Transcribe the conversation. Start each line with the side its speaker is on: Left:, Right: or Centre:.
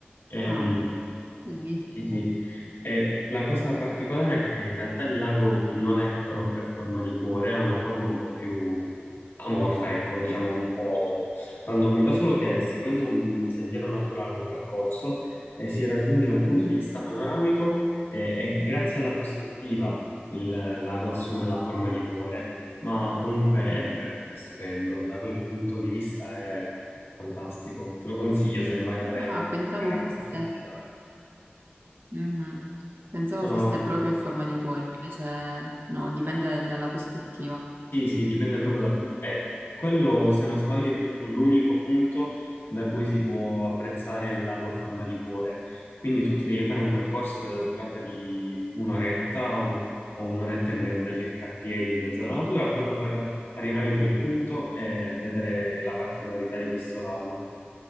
Left: Ehm,
Right: Ah, bellissimo.
Left: sì, sì. E la cosa particolare è che in realtà il lago non è proprio a forma di cuore, ha una forma un po' più amorfa, ecco, diciamo un po' randomica, solo che seguendo un sentiero naturale, un percorso, eh, si raggiunge un punto
Right: Mm,
Left: di vista panoramico eh, e grazie alla prospettiva il eh, lago assume la forma di cuore, ma comunque
Right: mm.
Left: è veramente stupendo, da quel punto di vista è fantastico. Te lo consiglio se mai avrai
Right: Ah,
Left: modo
Right: pensavo
Left: di
Right: fosse,
Left: visitare.
Right: mhm. Pensavo
Left: No,
Right: fosse
Left: no,
Right: proprio a forma di cuore, invece no, dipende dalla prospettiva.
Left: sì, sì, dipende proprio dal punto. Eh, quello, se non sbaglio, è proprio l'unico punto da cui si può apprezzare il lago a forma di cuore. Quindi tu ti devi fare un percorso della durata di un'oretta o, o un'oretta e mezza circa a piedi in mezzo
Right: Mhm.
Left: alla natura, proprio per arrivare in quel punto e vedere la particolarità di questo lago.